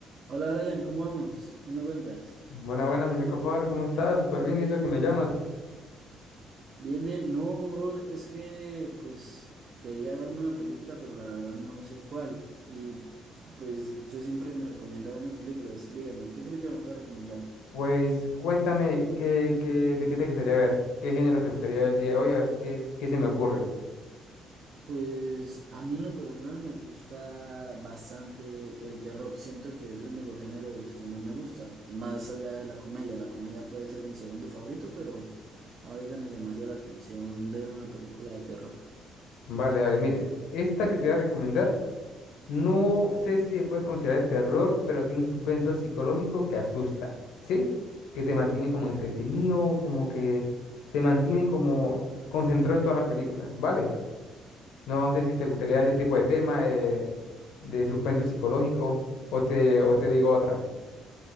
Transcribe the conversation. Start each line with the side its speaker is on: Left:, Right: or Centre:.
Right: Hola Brian, ¿cómo vamos? ¿Qué me cuentas?
Left: Buena, buena, mi amigo Faber, ¿cómo estás? Súper bien, ¿y eso que me llamas?
Right: Bien, bien. No, bro, es que pues quería verme una película, pero la verdad no sé cuál. Y pues usted siempre me recomienda buenas películas. Dígame, ¿qué película me puede recomendar?
Left: Pues cuéntame qué, qué, de qué te gustaría ver, qué género te gustaría ver el día de hoy, a ver qué, es- qué se me ocurre.
Right: Pues a mí en lo personal me gusta bastante el terror. Siento que es uno de los géneros que más me gusta, más allá de la comedia. La comedia puede ser mi segundo favorito, pero ahorita me llamaría la atención ver una película de terror.
Left: Vale, vale, mire, esta que te voy a recomendar, no sé si se puede considerar de terror, pero tiene un suspenso psicológico que asusta, ¿sí? Que te mantiene como entretenido, como que te mantiene como concentrado en toda la película, ¿vale? No sé si te gustaría ese tipo de tema de, de suspenso psicológico o te, o te digo otra.